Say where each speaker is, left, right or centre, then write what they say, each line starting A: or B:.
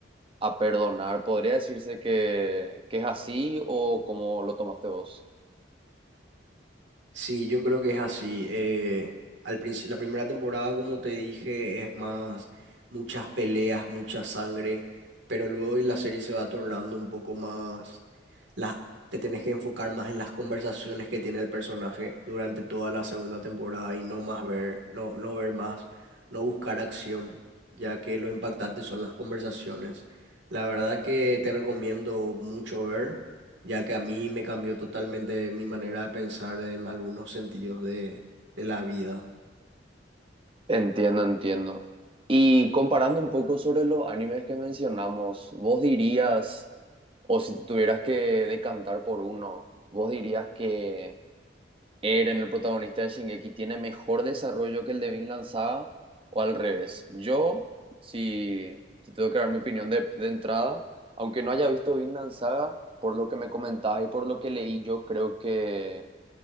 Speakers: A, on the right; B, on the right.
A: a perdonar. ¿Podría decirse que, que es así o cómo lo tomaste vos?
B: Sí, yo creo que es así. eh, al principio, la primera temporada, como te dije, es más muchas peleas, mucha sangre, pero luego la serie se va tornando un poco más, las te tenés que enfocar más en las conversaciones que tiene el personaje durante toda la segunda temporada y no más ver, no, no ver más, no buscar acción, ya que lo impactante son las conversaciones. La verdad que te recomiendo mucho ver ya que a mí me cambió totalmente mi manera de pensar en algunos sentidos de, de la vida.
A: Entiendo, entiendo. Y comparando un poco sobre los animes que mencionamos, vos dirías, o si te tuvieras que decantar por uno, vos dirías que Eren, el protagonista de Shingeki, tiene mejor desarrollo que el de Vinland Saga, o al revés. Yo, si, si tengo que dar mi opinión de, de entrada, aunque no haya visto Vinland Saga, por lo que me comentabas y por lo que leí, yo creo que